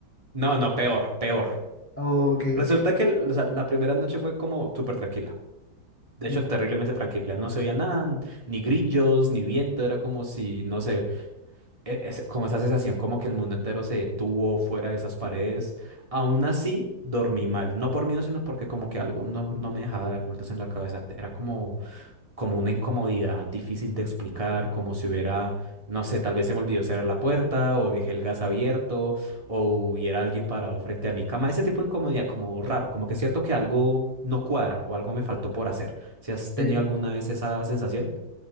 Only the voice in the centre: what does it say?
Oh, ok,
ok,
ya.
ok.